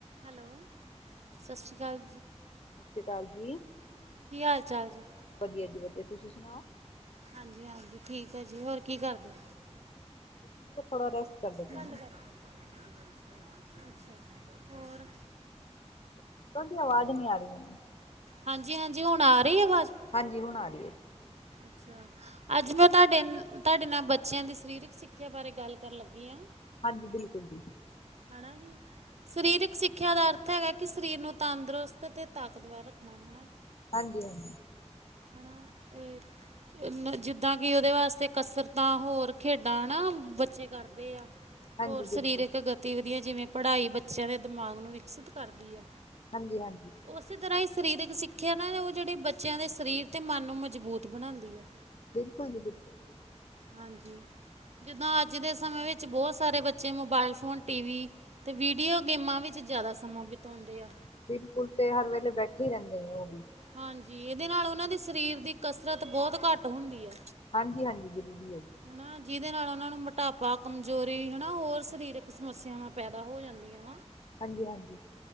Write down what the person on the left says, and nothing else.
ਸਸਰੀਕਾਲ ਜੀ।
ਵਧੀਆ ਜੀ ਵਧੀਆ ਤੁਸੀਂ ਸੁਣਾਓ।
ਸ਼ਰੀਰ ਨੂੰ ਥੋੜਾ ਰੈਸਟ। ਕਰਦੇ ਪਏ
ਨੇ
ਤੁਆਡੀ ਆਵਾਜ਼ ਨੀ ਆ ਰੀ ਐ।
ਹਾਂਜੀ, ਹੁਣ ਆ ਰਈ ਏ।
ਹਾਂਜੀ, ਬਿਲਕੁਲ ਜੀ।
ਹਾਂਜੀ-ਹਾਂਜੀ
ਹਾਂਜੀ
ਬਿਲਕੁਲ
ਹਾਂਜੀ-ਹਾਂਜੀ
ਬਿਲਕੁਲ ਜੀ ਬਿਲਕੁਲ।
ਬਿਲਕੁਲ ਤੇ ਹਰ ਵੇਲੇ ਬੈਠੇ ਰਹਿੰਦੇ ਨੇ ਓਹ ਵੀ
ਹਾਂਜੀ-ਹਾਂਜੀ, ਜ਼ਰੂਰੀ ਐ ਜੀ।
ਹਾਂਜੀ-ਹਾਂਜੀ।